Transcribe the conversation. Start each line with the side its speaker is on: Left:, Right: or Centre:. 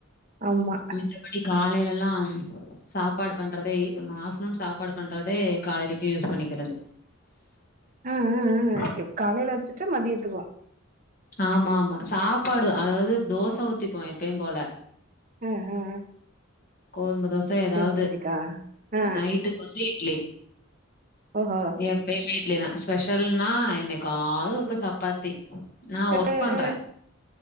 Right: ஆமா
Left: மேத்தபடி காலையிலல்லா சாப்பாடு பண்றதே ஆஃப்டர்நூன் சாப்பாடு பண்றதே காலைலக்கு யூஸ் பண்ணிக்கிறது <inaudible>
Right: ஆ ஆ காலையில வச்சுட்டு மதியத்துக்குவோ
Left: ஆமா ஆமா சாப்பாடு அதாவது தோசை ஊத்திப்போ எப்பயு போல
Right: ம் ஹம்
Left: கோதும்ப தோச ஏதாவது
Right: செரிக்கா ஆ
Left: நைட்டுக்கு வந்து இட்லி
Right: ஓஹ
Left: எப்பயு வீட்ல தா ஸ்பெஷல்னா என்னைக்குது இருப்ப சப்பாத்தி நான் ஒர்க்
Right: ஆ
Left: பண்றே
Right: ஆ